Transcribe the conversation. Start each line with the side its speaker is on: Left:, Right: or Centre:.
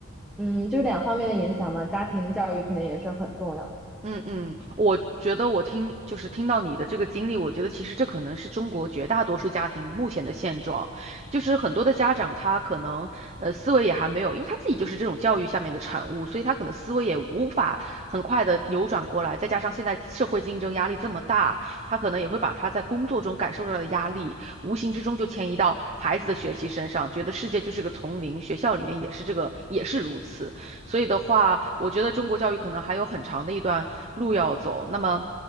Centre: 嗯，就是两方面的影响嘛，家庭教育肯定也是很重要。
Right: 嗯嗯，我觉得我听就是听到你的这个经历，我觉得其实这可能是中国绝大多数家庭目前的现状，就是很多的家长他可能呃思维也还没有，因为他自己就是这种教育下面的产物，所以他可能思维也无法很快的扭转过来，再加上现在社会竞争压力这么大，他可能也会把他在工作中感受到的压力，无形之中就迁移到孩子的学习身上，觉得世界就是个丛林，学校里面也是这个，也是如此。所以的话，我觉得中国教育可能还有很长的一段路要走。那么，